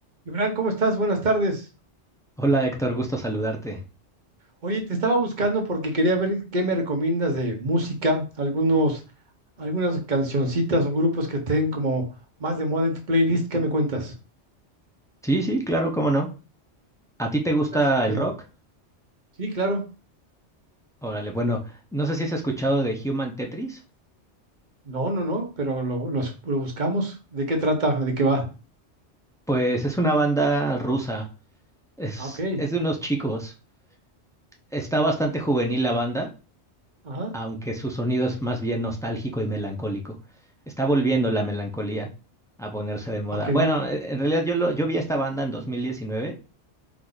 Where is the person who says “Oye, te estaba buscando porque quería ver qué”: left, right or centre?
Right